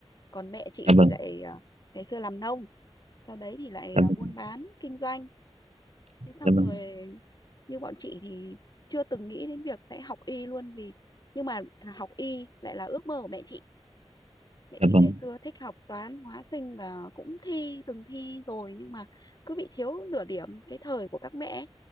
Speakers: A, on the left; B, on the right.
A: còn mẹ chị
B: dạ
A: thì
B: vâng
A: lại à, ngày xưa làm nông sau đấy thì lại
B: dạ
A: à,
B: vâng
A: buôn bán kinh doanh thế xong
B: dạ vâng
A: rồi như bọn chị thì chưa từng nghĩ đến việc sẽ học y luôn vì nhưng mà học y lại là ước mơ của mẹ chị mẹ
B: dạ
A: chị
B: vâng
A: ngày xưa thích học toán hóa sinh và cũng thi từng thi rồi nhưng mà cứ bị thiếu nửa điểm cái thời của các mẹ ấy,